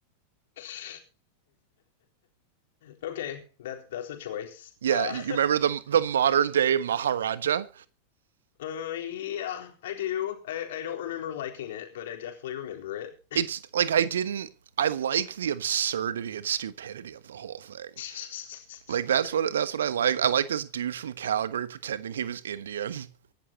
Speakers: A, on the left (about 55°); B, on the right (about 65°).
A: <laughs> okay, that's that's a choice.
B: Yeah,
A: Uh,
B: you remember the the modern day Maharaja?
A: <laughs> uh, yeah, I do. I, I don't remember liking it, but I definitely remember it.
B: it's like I didn't I like the absurdity and stupidity of the whole thing.
A: <laughs>
B: Like that's what that's what I like. I like this dude from Calgary pretending he was Indian. <laughs>